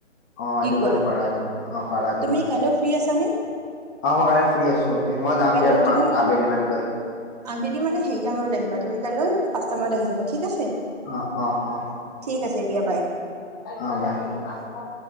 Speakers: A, on the left (about 15°); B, on the right (about 30°).
A: অ
B: কি
A: এইটো কৰিব
B: কোৱা?
A: পাৰা কিন্তু অ পাৰা কিন্তু
B: তুমি কাইলৈ ফ্ৰী আছানে?
A: অ মই কাইলৈ ফ্ৰী আছো। তুমি মই যাম
B: কাইলৈ
A: দিয়া তোমাক
B: তুমি
A: আবেলি মানে গৈ।
B: আবেলি মানে সেইটা মানত আহিবা, তুমি কাইলৈ পাঁচটা মানত আহি যাবা। ঠিক আছে?
A: অ, অ, অ।
B: ঠিক আছে দিয়া বাই।
A: অ বাই <unintelligible>